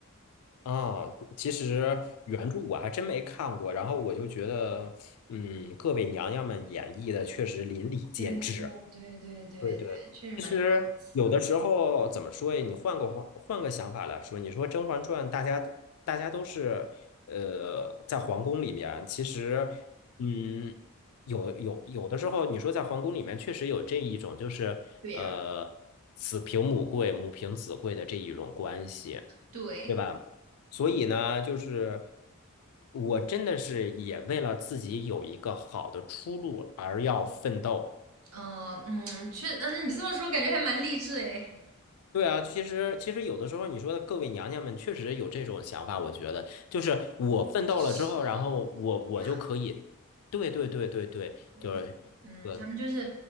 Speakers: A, on the left; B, on the right.
A: 啊。其实原著我还真没看过，然后我就觉得，嗯，各位娘娘们演绎的确实淋漓尽致。
B: 对对对对对对，
A: 对对，
B: 确实蛮有意思的。
A: 其实有的时候怎么说呀？你换个换个想法来说，你说《甄嬛传》，大家大家都是呃在皇宫里面，其实嗯，有有有的时候，你说在皇宫里面确实有这一种，就是呃子凭母贵，
B: 对呀，
A: 母凭子贵的这一种关系，
B: 对，
A: 对吧？所以呢，就是我真的是也为了自己有一个好的出路而要奋斗。
B: 嗯嗯，确，嗯，那你这么说，感觉还蛮励志诶。
A: 对啊，其实其实有的时候，你说的各位娘娘们确实有这种想法，我觉得就是我奋斗了之后，
B: 是
A: 然后我我就可以，
B: 呀，
A: 对对对对对对对，
B: 因为他，嗯，他们就是，
A: 呃